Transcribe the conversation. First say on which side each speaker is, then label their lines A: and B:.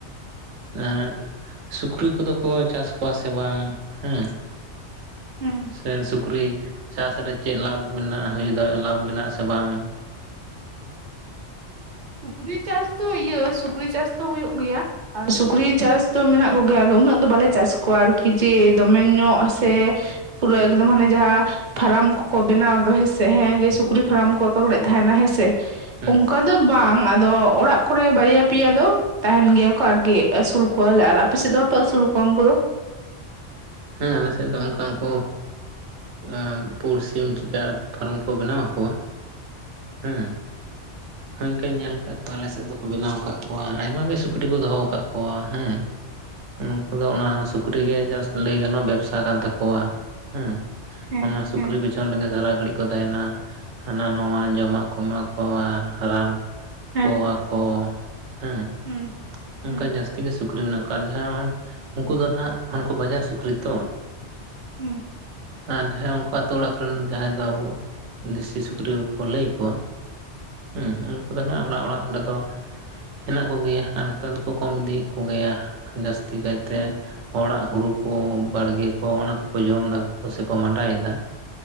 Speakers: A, on the right (about 85°); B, on the right (about 50°).
A: ᱮᱸᱜ ᱥᱩᱠᱨᱤ ᱠᱚᱫᱚ ᱠᱚ ᱪᱟᱥ ᱠᱚᱣᱟ ᱥᱮ ᱵᱟᱝ ᱦᱩᱸ?
B: ᱦᱩᱸ
A: ᱥᱮ ᱥᱩᱠᱨᱤ ᱪᱟᱥ ᱨᱮ ᱪᱮᱫ ᱞᱟᱵᱷ ᱢᱮᱱᱟᱜᱼᱟ ᱦᱩᱭ ᱫᱟᱲᱮᱜᱼᱟ ᱞᱟᱵᱷ ᱢᱮᱱᱟᱜᱼᱟ ᱥᱮ ᱵᱟᱝ?
B: ᱥᱩᱠᱨᱤ ᱪᱟᱥ ᱫᱚ ᱤᱭᱟᱹ ᱥᱩᱠᱨᱤ ᱪᱟᱥ ᱫᱚ ᱦᱩᱭᱩᱜ ᱜᱮᱭᱟ᱾ ᱟᱨ ᱥᱩᱠᱨᱤ ᱪᱟᱥ ᱫᱚ ᱢᱮᱱᱟᱜ ᱠᱚ ᱜᱮᱭᱟ ᱟᱫᱚ ᱩᱱᱟᱹᱜ ᱫᱚ ᱵᱟᱞᱮ ᱪᱟᱥ ᱠᱚᱣᱟ ᱟᱨᱠᱤ ᱡᱮ ᱫᱚᱢᱮ ᱧᱚᱜ ᱥᱮ ᱯᱩᱨᱟᱹ ᱮᱠᱫᱚᱢ ᱦᱟᱸᱱᱮ ᱡᱟᱦᱟᱸ ᱯᱷᱟᱨᱟᱢ ᱠᱚᱠᱚ ᱵᱮᱱᱟᱣ ᱫᱚ ᱦᱮᱸ ᱥᱮ ᱦᱮᱸ ᱡᱮ ᱥᱩᱠᱨᱤ ᱯᱷᱟᱨᱟᱢ ᱠᱚ <unintelligible> ᱛᱟᱦᱮᱸᱫ ᱟ ᱦᱮᱸᱥᱮ,
A: ᱦᱮᱸ
B: ᱚᱝᱠᱟ ᱫᱚ ᱵᱟᱝ ᱟᱫᱚ ᱚᱲᱟᱜ ᱠᱚᱨᱮ ᱵᱟᱨᱭᱟ ᱯᱮᱭᱟ ᱫᱚ ᱛᱟᱦᱮᱸᱱ ᱜᱮᱭᱟ ᱠᱚ ᱟᱨᱠᱤ ᱟᱹᱥᱩᱞ ᱠᱚᱣᱟᱞᱮ, ᱟᱨ ᱟᱯᱮ ᱥᱮᱫ ᱫᱚ ᱵᱟᱯᱮ ᱟᱹᱥᱩᱞ ᱠᱚᱣᱟ ᱩᱝᱠᱩ ᱫᱚ?
A: ᱦᱮᱸ ᱟᱞᱮ ᱥᱮᱫ ᱫᱚ ᱚᱝᱠᱟ ᱩᱱᱠᱩ ᱟᱸ ᱯᱩᱲ ᱥᱤᱢ ᱪᱤᱠᱟ ᱯᱷᱟᱨᱚᱢ ᱠᱚ ᱵᱮᱱᱟᱣ ᱟᱠᱚᱣᱟ ᱦᱮᱸ ᱦᱟᱸᱧ ᱠᱟᱹᱧ ᱧᱮᱞ ᱠᱟᱫ ᱠᱚᱣᱟ ᱟᱞᱮ ᱥᱮᱫ ᱫᱚᱠᱚ ᱵᱮᱱᱟᱣ ᱟᱠᱟᱫ ᱠᱚᱣᱟ ᱟᱭᱢᱟ ᱜᱤ ᱥᱩᱠᱨᱤ ᱠᱚ ᱫᱚᱦᱚ ᱟᱠᱟᱫ ᱠᱚᱣᱟ ᱦᱮᱸ
B: <inaudible>
A: ᱩᱱᱠᱩ ᱫᱚ ᱚᱱᱟ ᱥᱩᱠᱨᱤ ᱜᱮ ᱡᱟᱥᱴ ᱞᱟᱹᱭ ᱜᱟᱱᱚᱜᱼᱟ ᱵᱮᱵᱽᱥᱟ ᱠᱟᱱ ᱛᱟᱠᱚᱣᱟ᱾ ᱦᱮᱸ
B: ᱦᱮᱸ
A: ᱚᱱᱟ ᱥᱩᱠᱨᱤ
B: ᱦᱮᱸ
A: ᱵᱤᱪᱷᱚᱠ ᱪᱚᱱ ᱚᱸᱰᱮ ᱜᱮ ᱥᱟᱨᱟ ᱜᱷᱟᱹᱲᱤᱡ ᱠᱚ ᱛᱟᱦᱮᱱᱟ ᱦᱟᱱᱟ ᱱᱟᱣᱟ ᱡᱚᱢᱟᱜ ᱠᱚ ᱮᱢᱟ ᱠᱚᱣᱟ ᱨᱟᱱ
B: ᱦᱮᱸ
A: ᱠᱚᱣᱟ ᱠᱚ ᱦᱮᱸ
B: ᱦᱩᱸ, ᱦᱩᱸ
A: ᱚᱱᱠᱟ ᱡᱟᱹᱥᱛᱤ ᱜᱮ ᱥᱩᱠᱨᱤ ᱢᱮᱱᱟᱜ ᱠᱚᱣᱟ ᱡᱟᱦᱟᱸ ᱦᱚᱜᱼᱚᱭ ᱩᱱᱠᱩ ᱫᱚ ᱱᱟᱦᱟᱜ ᱦᱟᱱᱠᱩ ᱵᱟᱡᱟᱨ ᱥᱩᱠᱨᱤ ᱛᱚ
B: ᱦᱩᱸ᱾
A: ᱟᱨ ᱡᱟᱦᱟᱸᱭ ᱩᱱᱠᱩ ᱟᱹᱛᱩ ᱚᱲᱟᱜ ᱠᱚ ᱨᱮᱱ ᱡᱟᱦᱟᱸᱭ ᱫᱚ ᱟᱵᱚ ᱫᱤᱥᱤ ᱥᱩᱠᱨᱤ ᱠᱩᱠᱩ ᱞᱟᱹᱭ ᱠᱚᱣᱟ ᱦᱩᱸ ᱩᱱᱠᱩ ᱫᱚ ᱱᱟᱜ ᱚᱲᱟᱜ ᱚᱲᱟᱜ ᱞᱮᱫᱚ ᱦᱮᱱᱟᱜ ᱠᱩ ᱜᱮᱭᱟ ᱟᱨ ᱱᱮᱛᱟᱨ ᱫᱚᱠᱚ ᱠᱚᱢ ᱤᱫᱤᱭᱮᱫ ᱠᱩ ᱜᱮᱭᱟ ᱡᱟᱹᱥᱛᱤ ᱠᱟᱭᱛᱮ
B: ᱦᱩᱸ
A: ᱦᱚᱲᱟᱜ ᱦᱩᱲᱩ ᱠᱚ ᱵᱟᱲᱜᱤ ᱠᱚ ᱚᱱᱟ ᱠᱚᱠᱚ ᱡᱚᱢ ᱫᱟ ᱠᱚ ᱥᱮ ᱠᱚ ᱢᱟᱸᱰᱟᱭ ᱮᱫᱟ